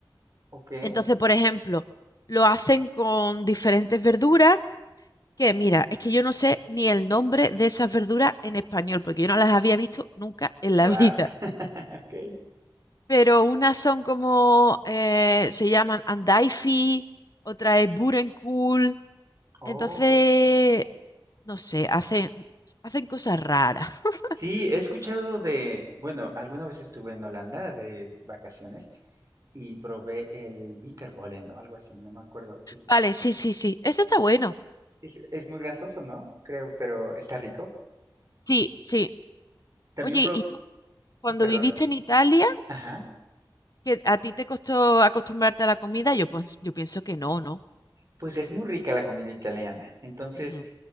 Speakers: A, on the right (about 40°); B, on the left (about 50°).
A: ok.
B: Entonces, por ejemplo, lo hacen con diferentes verduras, que mira, es que yo no sé ni el nombre de esas verduras en español, porque yo no las había visto nunca en
A: Wow.
B: la <laughs> vida.
A: <laughs> Okay.
B: Pero unas son como, eh, se llaman andaifi, otra es burenkul,
A: Oh,
B: Entonces,
A: ok.
B: no sé, hacen, hacen cosas raras. <laughs>
A: Sí, he escuchado de, bueno, alguna vez estuve en Holanda de vacaciones y probé el bitterballen o algo así, no me acuerdo, que es,
B: Vale, sí, sí, sí. Eso está bueno.
A: es, es muy grasoso, ¿no? Creo, pero está rico.
B: Sí, sí.
A: También
B: Oye,
A: pro,
B: ¿y tú cuando
A: perdón,
B: viviste en Italia,
A: ajá,
B: que a ti te costó acostumbrarte a la comida? Yo, pues, yo pienso que no, ¿no?
A: pues es muy rica la comida italiana. Entonces,
B: Ujú,